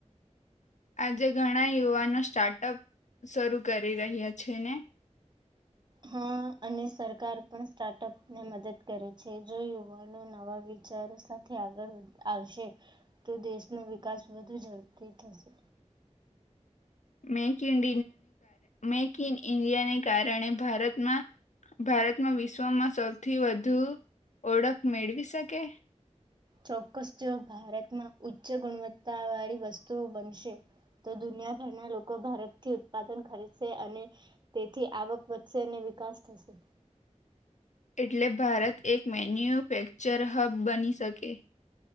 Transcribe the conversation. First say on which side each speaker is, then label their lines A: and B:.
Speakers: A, on the left; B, on the right.
A: આજે ઘણા યુવાનો સ્ટાર્ટઅપ શરૂ કરી રહ્યા છે ને
B: હા અને સરકાર પણ સ્ટાર્ટઅપ ને મદદ કરે છે જો યુવાનો નવા વિચારો સાથે આગળ આવશે તો દેશનો વિકાસ વધુ ઝડપી થશે
A: મેક ઇન મેક ઇન ઈન્ડિયાને કારણેમાં ભારતમાં વિશ્વમાં સૌથી વધુ ઓળખ મેળવી શકે
B: ચોક્કસ જો ભારતમાં ઉચ્ચ ગુણવત્તા વાળી વસ્તુઓ બનશે તો દુનિયાભરના લોકો ભારતથી ઉત્પાદન ખરીદશે અને તેથી આવક વધશે અને વિકાસ થશે
A: એટલે ભારત એક મેન્યુફેક્ચર હબ બની શકે